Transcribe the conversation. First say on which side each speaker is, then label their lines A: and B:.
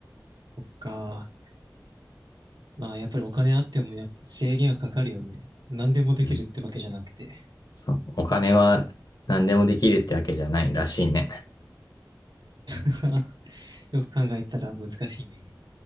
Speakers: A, on the right; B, on the left.
A: そっか。まあ、やっぱりお金あっても、やっぱり制限はかかるよね。何でもできるってわけじゃなくて。
B: うん。そう。お金は何でもできるってわけじゃないらしいね。
A: <laughs> よく考えたら難しいね。